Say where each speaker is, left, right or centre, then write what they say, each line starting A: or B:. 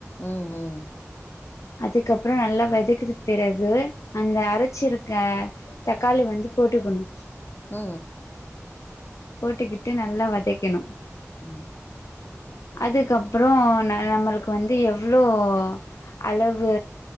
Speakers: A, on the left; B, on the left.
A: ம் ம்
B: அதுக்கப்பறோ நல்லா வத்தக்குனதுக்கு பிறகு அந்த அரைச்ச இருக்க தக்காளி வந்து போட்டுக்கணு
A: ம்
B: போட்டுக்கிட்டு நல்லா வதைக்கணு
A: ம்
B: அதுக்கப்பறோ ந நம்மளுக்கு வந்து எவ்வளோ அளவு